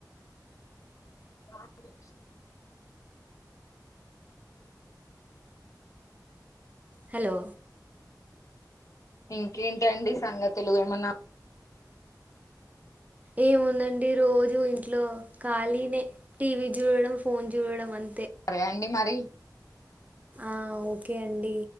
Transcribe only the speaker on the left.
ఆ అండి
ఇంకేంటి అండి సంగతులు ఏమన్నా
సరే అండి మరి